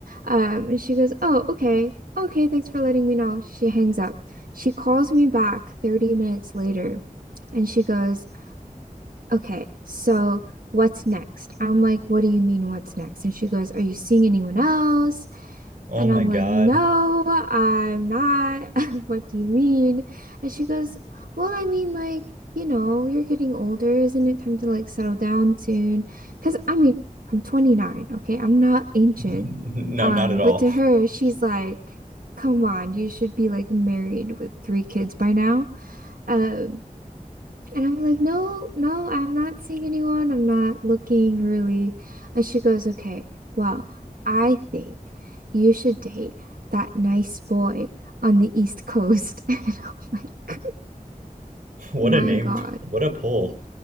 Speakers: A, on the right (about 75°); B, on the right (about 60°).
A: Um, and she goes, oh, okay. Okay, thanks for letting me know. She hangs up. She calls me back 30 minutes later and she goes, okay, so what's next? I'm like, what do you mean, what's next? And she goes, are you seeing anyone else?
B: Oh
A: And
B: my
A: I'm
B: God.
A: like, no, I'm not. <laughs> What do you mean? And she goes, well, I mean, like, you know, you're getting older. Isn't it time to like settle down soon? Because I mean, I'm 29, okay? I'm not ancient.
B: <laughs> No,
A: Um,
B: not at all.
A: but to her,
B: <laughs>
A: she's like, come on, you should be like married with three kids by now. Um, and I'm like, no, no, I'm not seeing anyone. I'm not looking really. And she goes, okay, well, I think you should date that nice boy on the East Coast. <laughs> And I'm like,
B: What
A: my
B: a name.
A: God.
B: What a pull.